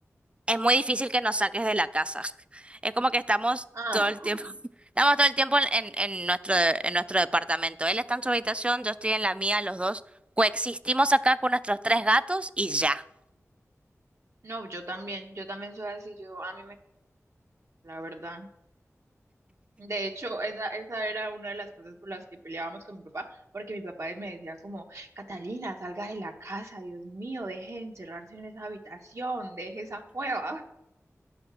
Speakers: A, on the right (about 20°); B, on the right (about 60°).
A: es muy difícil que nos saques de la casa. <laughs> Es como que estamos
B: Ah,
A: todo el tiempo,
B: <laughs>
A: <laughs> estamos todo el tiempo en, en- en nuestro, de- en nuestro departamento. Él está en su habitación, yo estoy en la mía, los dos coexistimos acá con nuestros tres gatos y ya.
B: no, yo también, yo también soy así, yo a mí me, la verdad. De hecho, esa, esa era una de las cosas por las que peleábamos con mi papá, porque mi papá me decía como, Catalina, salga de la casa, Dios mío, deje de encerrarse en esa habitación, deje esa cueva.